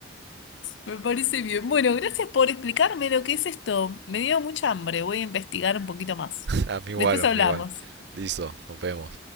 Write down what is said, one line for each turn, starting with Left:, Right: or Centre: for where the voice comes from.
Left: Me parece bien. Bueno, gracias por explicarme lo que es esto. Me dio mucha hambre. Voy a investigar un poquito más.
Right: <laughs> A mí igual,
Left: Después
Right: a
Left: hablamos.
Right: mí igual. Listo, nos vemos.